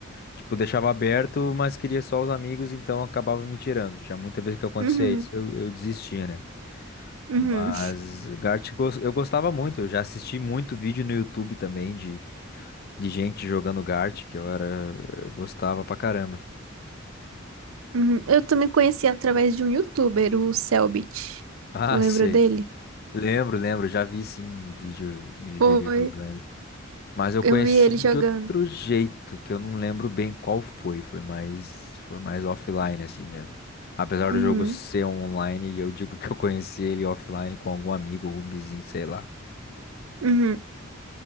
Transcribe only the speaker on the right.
Uhum,
uhum,
uhum. Eu também conheci através de um youtuber, o Selbit.
Tu lembra
dele?
Foi.
Eu vi ele
jogando.
Uhum,
uhum.